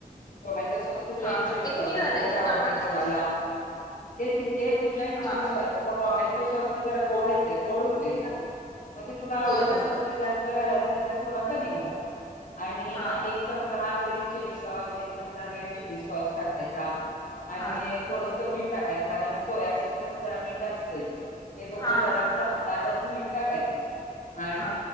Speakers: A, on the left; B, on the left.
A: त माही तर सस्तू
B: हा
A: जईनच
B: हा
A: ना
B: ते
A: सर
B: किती
A: कधी
B: घालायचं
A: गोडावडते
B: टोमॅटो
A: कोणाला
B: सॉस
A: ते तिथे तुझ्या इच्छेनुसार
B: हा
A: प टोमॅटो सॉस न जरा गोळ येतय गोडतोय ना मग ते तुला
B: होय
A: आवडत
B: होय
A: असलं तर जास्त घालायचं नाही तर थोडा कमी घालायचा आणि
B: हा
A: मग एक च चा ग्रीन चिली सॉस एकदम चा रेड चिली सॉस टाकायचा आणि
B: हा
A: थोडस मीठ टाकायच कारण सोया सूस मध्ये जरा मीठ असतंय ते बघून
B: हा
A: जराचा
B: हा हा
A: अंदाजला नट टाकायचं आणि
B: हा